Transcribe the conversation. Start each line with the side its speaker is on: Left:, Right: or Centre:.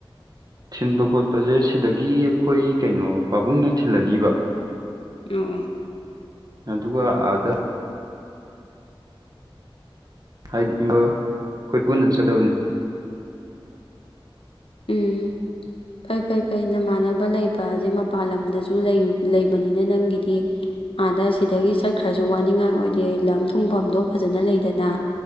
Right: ꯊꯤꯟꯕ ꯈꯣꯠꯄꯁꯦ ꯁꯤꯗꯒꯤ ꯑꯩꯈꯣꯏ ꯀꯩꯅꯣ ꯄꯥꯕꯨꯡꯅ ꯊꯤꯜꯂꯅꯤꯕ
Left: ꯌꯨꯡ
Right: ꯑꯗꯨꯒ ꯑꯥꯗ ꯍꯥꯏꯗꯤ ꯏꯃꯥ ꯑꯩꯈꯣꯏ ꯄꯨꯟꯅꯠ ꯆꯗꯕꯅꯦꯕ
Left: ꯎꯝ ꯐꯩ ꯐꯩ ꯐꯩ ꯅꯃꯥꯟꯅꯕ ꯂꯩꯕꯁꯦ ꯃꯄꯥꯜ ꯂꯝꯗꯁꯨ ꯂꯩꯕꯅꯤꯅ ꯅꯪꯒꯤꯗꯤ ꯑꯥꯗ ꯁꯤꯗꯒꯤ ꯆꯠꯈ꯭ꯔꯁꯨ ꯋꯥꯅꯤꯡꯉꯥꯏ ꯑꯣꯏꯗꯦ ꯂꯝ ꯊꯨꯡꯐꯝꯗꯣ ꯐꯖꯅ ꯂꯩꯗꯅ